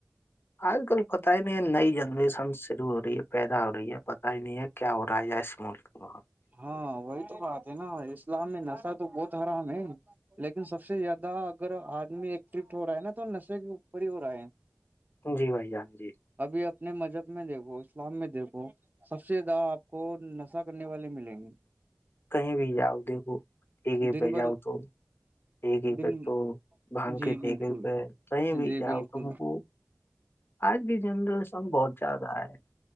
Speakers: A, on the left; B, on the right.
A: آج کل پت ہی نہیں نئی جنریشن شروع ہو رہی ہے پیدا ہو رہی ہے پتا ہی نہیں ہے کیا ہو رہا ہے اس ملک میں
B: ہاں وہی تو بات ہے نا اسلام میں نشہ تو بہت حرام ہے لیکن سب سے زیادہ اگر آدمی ایکٹفٹ ہو رہا ہے نا تو نشے پری پور ہے
A: جی بھائی جان جی
B: ابھی اپنے مذہب میں دیکھو اسلام میں دیکھو سب سے زیادہ آپ کو نشہ کرنے والے مل ج
A: کہیں بھی جاؤ دیکھو ٹگے
B: دن
A: پہ
B: بھر
A: جاؤ تو ٹیکے
B: دن
A: پہ تو بھگ
B: جی
A: کے ٹییکے
B: بالکل
A: پہ کہیں بھی
B: جی
A: جاؤ
B: بالکل
A: تم کو آج بھی جنرشنگ بہت زیادہ ہے